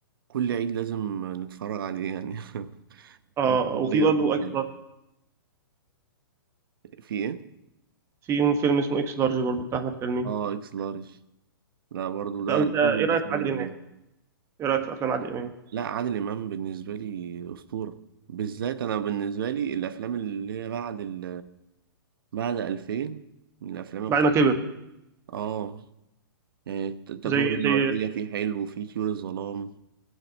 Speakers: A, on the right; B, on the right.
A: كل عيد لازم نتفرج عليه يعني <laughs>
B: اه
A: عيد صغير
B: وفي برضه
A: بالذات
B: اكس لارج
A: في ايه
B: في فيلم اسمه اكس لارج برضه بتاع احمد حلمي
A: اه اكس لارج لا برضو ده
B: طب انت
A: ده
B: ايه
A: من
B: رايك
A: الافلام
B: في عادل
A: الجميلة.
B: امام ايه رايك في افلام عادل امام
A: لا عادل امام بالنسبه لي اسطوره بالذات انا بالنسبه لي الافلام اللي هي بعد ال... بعد 2000 من الافلام القويه
B: بعد ما كبر
A: اه يعني التجربه
B: زي
A: الدنماركيه
B: زي
A: فيه حلو وفيه طيور الظلام